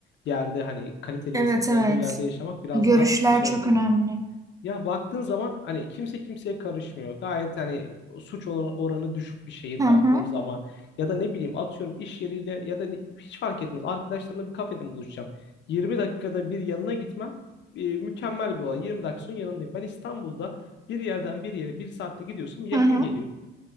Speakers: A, on the left; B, on the right.
A: yerde hani kaliteli
B: Evet
A: insan olduğu
B: evet.
A: yerde yaşamak biraz
B: Görüşler
A: daha güzel
B: çok
A: oluyor.
B: önemli.
A: Ya baktığın zaman hani kimse kimseye karışmıyor. Gayet hani suç oran- oranı düşük bir şehir
B: Hı
A: baktığım
B: hı.
A: zaman ya da ne bileyim atıyorum iş yeriyle ya da ne- hiç fark etmez. Arkadaşlarımla bir kafede buluşacağım. 20 dakikada bir yanına gitmem e, mükemmel bir olay. 20 dakika sonra yanındayım. Ben İstanbul'da bir yerden bir yere bir saatte gidiyorsam yakın
B: Hı hı.
A: geliyor.